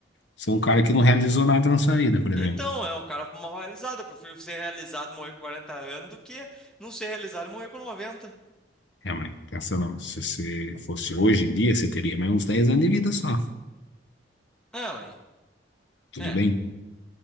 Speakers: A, on the left; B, in the centre.
A: você é um cara que não realizou nada na sua vida, por exemplo.
B: Então, é um cara mal realizado. Eu prefiro ser realizado e morrer com 40 anos do que não ser realizado e morrer com noventa
A: É, mas pensa não, se você fosse hoje em dia, você teria mais uns 10 anos de vida só.
B: Ah, mãe.
A: Tudo
B: É.
A: bem?